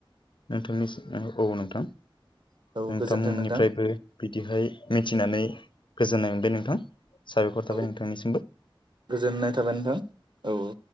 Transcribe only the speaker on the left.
नोंथांनिसिम औ नोंथां
नोंथांनिफ्रायबो
बिदिहाय मिथिनानै गोजोननाय मोनबाय नोंथां। साबायखर थाबाय
नोंथांनिसिमबो